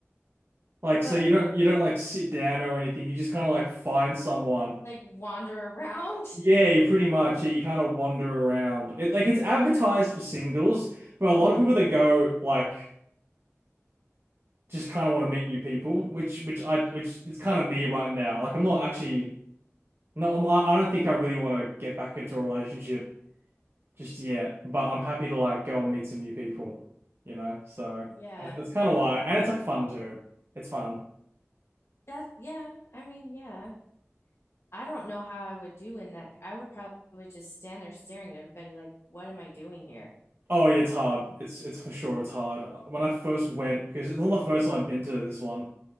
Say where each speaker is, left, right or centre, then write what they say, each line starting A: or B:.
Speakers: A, on the right; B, on the left.
A: Like
B: But
A: so you don't you don't like sit down or anything. You just kind of like find someone.
B: like wander around?
A: Yeah, you pretty much yeah, you kind of wander around. It like it's advertised for singles, but a lot
B: hmm
A: of people that go like just kind of want to meet new people, which which I which it's kind of me right now. Like I'm not actually no I'm, I I don't think I really want to get back into a relationship just yet, but I'm happy to like go and meet some new people, you know? So
B: Yeah.
A: that's, that's kind of why. And it's like fun too. It's fun.
B: That yeah, I mean, yeah. I don't know how I would do in that. I would probably just stand there staring at everybody like, what am I doing here?
A: Oh yeah, it's hard. It's it's for sure it's hard. When I first went, because it's not the first time I've been to this one.